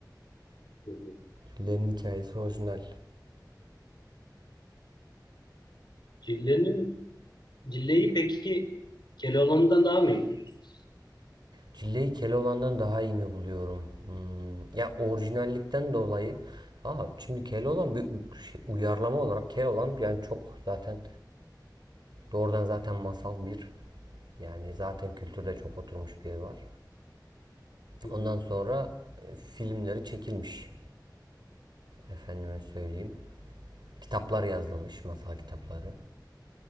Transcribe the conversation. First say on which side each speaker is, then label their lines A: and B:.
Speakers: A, on the left; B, on the right.
A: Hı hı.
B: Cille'nin hikayesi orijinal.
A: Cillenin, Cilleyi peki Keloğlan'dan daha mı iyi biliyorsun?
B: Cilleyi Keloğlan'dan daha iyi mi buluyorum? Hmm, Ya orijinallikten dolayı. Aa, şimdi Keloğlan bir şey- uyarlama olarak Keloğlan yani çok zaten doğrudan zaten masal bir. Yani zaten kültürde çok oturmuş bir yer var.
A: Hı hı.
B: Ondan sonra e, filmleri çekilmiş. Efendime söyleyeyim. Kitaplar yazılmış, masal kitapları.